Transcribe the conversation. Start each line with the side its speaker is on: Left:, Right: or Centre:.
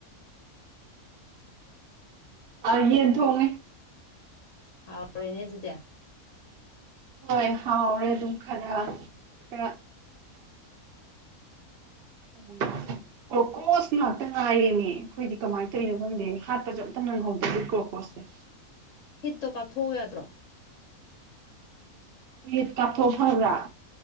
Right: ꯑ ꯌꯦꯟ ꯊꯣꯡꯉꯦ
Left: ꯍꯥꯎꯔꯦꯅꯦ ꯑꯗꯨꯗꯤ
Right: ꯍꯣꯏ ꯍꯥꯎꯔꯦ ꯑꯗꯨꯝ ꯈꯔ ꯈꯔ ꯎꯝ ꯀ꯭ꯔꯀ꯭ꯔꯣꯁ ꯉꯥꯛꯇ ꯉꯥꯏꯔꯦꯅꯦ ꯑꯩꯈꯣꯏꯗꯤ ꯀꯃꯥꯏꯅ ꯇꯧꯔꯤꯅꯣ ꯈꯪꯗꯦ ꯍꯥꯠꯄꯁꯨ ꯑꯝꯇ ꯅꯪꯍꯧꯗꯦ ꯀꯣꯔ꯭ꯔꯀ꯭ꯔꯣꯁ ꯍ
Left: ꯍꯤꯠꯇꯣ ꯀꯥꯞꯊꯣꯛꯎ ꯌꯥꯗ꯭ꯔꯣ
Right: ꯍꯤꯠ ꯀꯥꯞꯊꯣꯛꯑꯒ ꯐꯥꯕ꯭ꯔꯥ